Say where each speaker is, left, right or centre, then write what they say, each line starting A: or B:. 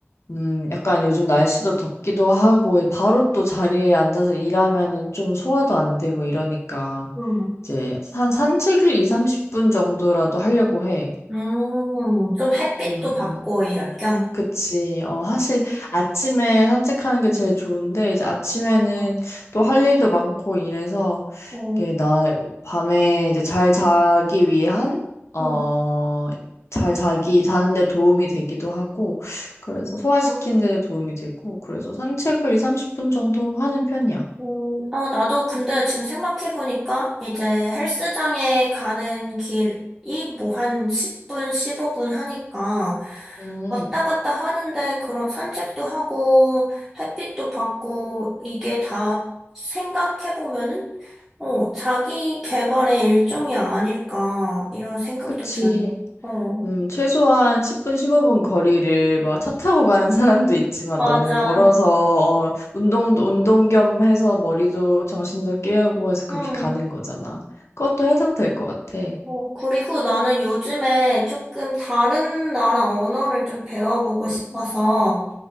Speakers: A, on the left; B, in the centre.
A: 음 약간 요즘 날씨도 덥기도 하고 바로 또 자리에 앉아서 일하면은 좀 소화도 안 되고 이러니까
B: 음,
A: 이제 한 산책을 2, 30분 정도라도 하려고 해.
B: 음, 좀 햇빛도
A: 음,
B: 받고
A: 음.
B: 이럴 겸.
A: 그치. 어, 사실 아침에 산책하는 게 제일 좋은데, 이제 아침에는
B: 맞아.
A: 또 할 일도 많고 이래서,
B: 어,
A: 이게 나, 밤에 이제 잘 자기 위한, 어,
B: 응,
A: 잘 자기, 자는데 도움이 되기도 하고, 그래서 소화시키는
B: 맞아.
A: 데 도움이 되고, 그래서 산책을 2, 30분 정도 하는 편이야.
B: 음, 아, 나도 근데 지금 생각해보니까 이제 헬스장에 가는 길이 뭐 한 10분, 15분 하니까
A: 음,
B: 왔다 갔다 하는데 그런 산책도 하고 햇빛도 받고 이게 다 생각해보면은 어, 자기 개발의 일종이 아닐까 이런 생각도
A: 그치.
B: 드네. 어,
A: 음, 최소한 10분, 15분 거리를 막 차 타고 가는 사람도 있지만
B: 맞아.
A: 너는 걸어서 어, 운동 운동 겸 해서 머리도 정신도 깨우고 해서 그렇게
B: 음.
A: 가는 거잖아. 그것도 해당될 것 같아.
B: 어, 그리고 나는 요즘에 조금 다른 나라 언어를 좀 배워보고 싶어서,
A: 음,